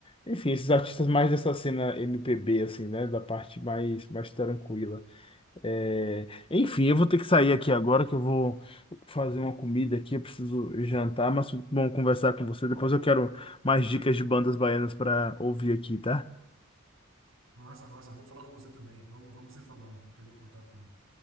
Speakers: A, on the left (about 25°); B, on the right (about 65°).
A: enfim, esses artistas mais dessa cena MPB, assim, né? Da parte mais, mais tranquila. É, enfim, eu vou ter que sair aqui agora que eu vou fazer uma comida aqui, eu preciso jantar, mas foi muito bom conversar com você. Depois eu quero mais dicas de bandas baianas para ouvir aqui, tá?
B: Massa, massa. Vou falar com você também. Vamos, vamos se falando. Não perder o contato, não.